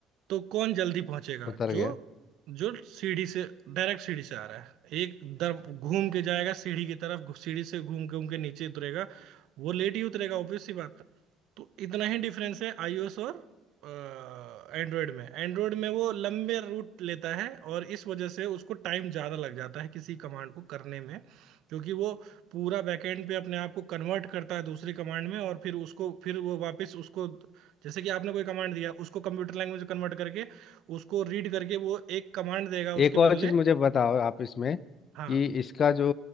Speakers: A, on the right; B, on the left.
A: तो कौन जल्दी पहुंचेगा
B: उतर
A: जो
B: गया
A: जो सीढ़ी से डायरेक्ट सीढ़ी से आ रहा है एक दर घूम के जाएगा सीढ़ी की तरफ सीढ़ी से घूम के घूम के नीचे उतरेगा वो लेट ही उतरेगा ऑब्वियस सी बात है तो इतना ही डिफरेंस है आईओएस और एंड्रॉयड में एंड्रॉयड में वो लंबे रूट लेता है और इस वजह से उसको टाइम ज्यादा लग जाता है किसी कमांड को करने में क्योंकि वो पूरा बैकएंड पे अपने आप को कन्वर्ट करता है दूसरी कमांड में और फिर उसको फिर वो वापस उसको जैसे कि आपने कोई कमांड दिया उसको कंप्यूटर लैंग्वेज में कन्वर्ट करके उसको रीड करके वो एक कमांड देगा उसके
B: एक और
A: बदले
B: चीज़ मुझे बताओ आप इसमें कि
A: हाँ
B: इसका जो